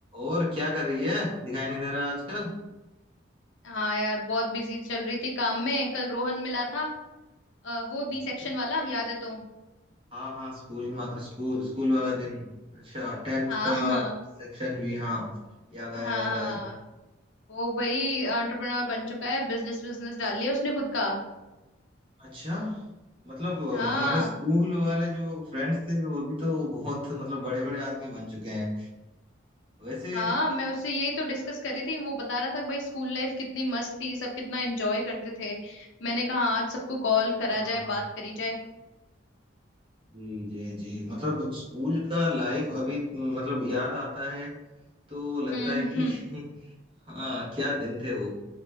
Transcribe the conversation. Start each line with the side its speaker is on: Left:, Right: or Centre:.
Right: और क्या कर रही है दिखाई नहीं दे रहा आजकल
Left: हाँ यार बहुत बिजी चल रही थी काम में कल रोहन मिला था अ, वो बी
Right: अरे,
Left: सेक्शन वाला याद है तो
Right: हाँ हाँ स्कूल में स्कूल स्कूल वाला दिन अच्छा टेंथ
Left: हाँ
Right: का
Left: हाँ
Right: सेक्शन भी हाँ याद आया
Left: हाँ
Right: याद आया
Left: वो भाई एंटरप्रेन्योर बन चुका है बिजनेस बिजनेस डाल लिया उसने खुद का
Right: अच्छा मतलब अ,
Left: हाँ
Right: हमारे स्कूल वाले जो फ्रेंड्स थे वो अभी तो बहुत मतलब बड़े बड़े आदमी बन चुके हैं वैसे
Left: हाँ मैं उससे यही तो डिस्कस कर रही थी वो बता रहा था कि भाई स्कूल लाइफ कितनी मस्त थी सब कितना एंजॉय करते थे मैंने कहा "हाँ, आज सबको कॉल करा
Right: हाँ
Left: जाए
Right: हाँ
Left: बात करी जाए
Right: जी जी जी मतलब स्कूल का लाइफ अभी मतलब याद आता है तो लगता
Left: हम्म
Right: है कि
Left: हम्म,
Right: <laughs> हाँ क्या दिन थे वो